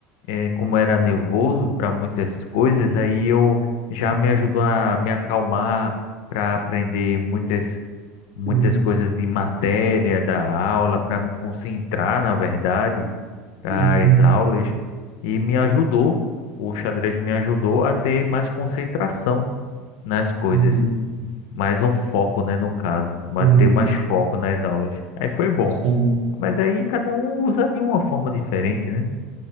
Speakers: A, on the left (about 65°); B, on the right (about 45°).
A: eh, como era nervoso para muitas coisas, aí eu já me ajudou a me acalmar para aprender muitas muitas
B: Uhum.
A: coisas de matéria da aula, para me concentrar, na verdade, das
B: Uhum.
A: aulas e me ajudou, o xadrez me ajudou a ter mais concentração nas coisas,
B: Uhum.
A: mais um foco, né, no caso, manter
B: Uhum.
A: mais foco nas aulas. Aí foi bom.
B: Sim.
A: Mas aí cada um usa de uma forma diferente, né?